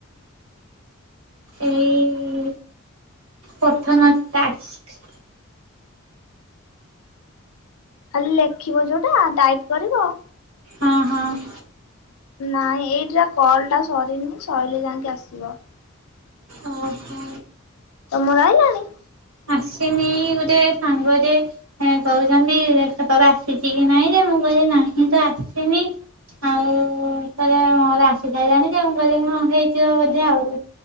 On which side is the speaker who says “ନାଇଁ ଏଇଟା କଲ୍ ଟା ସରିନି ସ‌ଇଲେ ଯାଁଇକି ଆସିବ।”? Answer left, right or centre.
Left